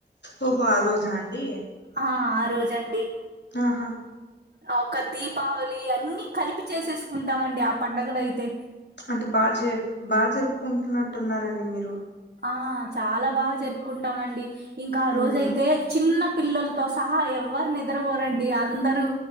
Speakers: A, on the left; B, on the right.
A: ఓహో ఆ రోజా అండి
B: ఆ ఆరోజండి.
A: ఆహా!
B: ఆ ఒక దీపావళి అన్నీ కలిపి చేసేసుకుంటామండి ఆ పండుగలో అయితే
A: అంటే బాగా జరుపుకుంటున్నట్టున్నారండి మీరు.
B: ఆ చాలా బాగా జరుపుకుంటామండి. ఇంకా ఆ
A: ఉమ్
B: రోజయితే చిన్న పిల్లలు తో సహా ఎవరు నిద్రపోరండి అందరూ